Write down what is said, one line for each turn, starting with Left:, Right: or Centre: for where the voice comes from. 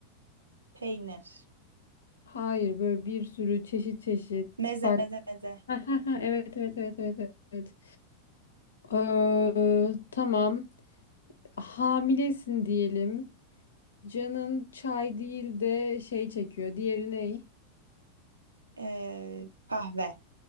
Right: peynir,
Left: Hayır, böyle bir sürü çeşit çeşit
Right: meze
Left: farklı.
Right: meze meze,
Left: <laughs> Evet, evet, evet, evet, evet. evet. Ee, tamam. Hamilesin diyelim. Canın çay değil de şey çekiyor. Diğeri ne?
Right: ee, kahve,